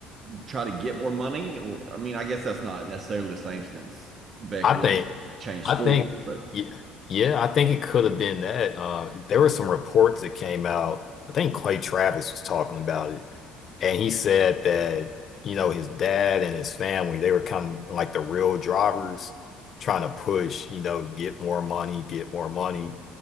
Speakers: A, on the right; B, on the left.
A: try to get more money? Or I mean, I guess that's not necessarily the same since Beck
B: I
A: left,
B: think,
A: changed
B: I
A: schools,
B: think,
A: but
B: yeah, yeah, I think it could have been that. Uh, there were some reports that came out. I think Clay Travis was talking about it, and he said that, you know, his dad and his family, they were kind of like the real drivers trying to push, you know, get more money, get more money.